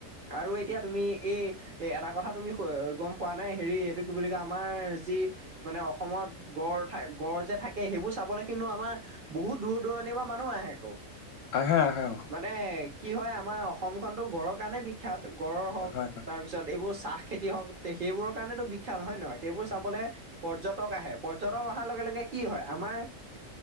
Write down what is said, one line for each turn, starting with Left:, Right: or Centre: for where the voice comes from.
Right: আৰু এতিয়া তুমি এই এটা কথা তুমি গম পোৱা নাই হেৰি এইটো কি বুলি কয় আমাৰ যি মানে অসমত গড় থাক গড় যে থাকে সেইবোৰ চাবলৈ কিন্তু আমাৰ বহুত দূৰ দূৰণিৰ পৰা মানুহ আহে আকৌ।
Left: আহে আহে অ।
Right: মানে কি হয় আমাৰ অসমখনটো গড়ৰ কাৰণে বিখ্যাত গড়ৰ
Left: হয়
Right: হওক তাৰ পিছত এইবোৰ চাহ খেতি হওক সেইবোৰৰ কাৰণেতো বিখ্যাত হয়ে নহয়, সেইবোৰ চাবলে পৰ্যটক আহে পৰ্যটক অহাৰ লগে লগে কি হয় আমাৰ